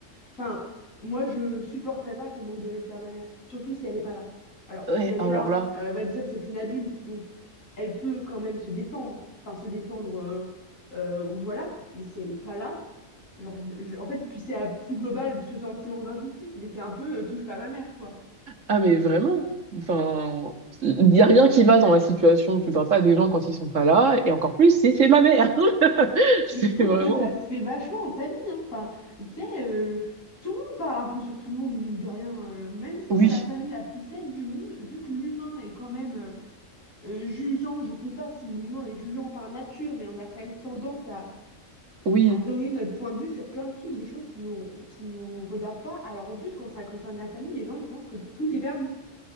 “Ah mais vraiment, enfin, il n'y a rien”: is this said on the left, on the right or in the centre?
Right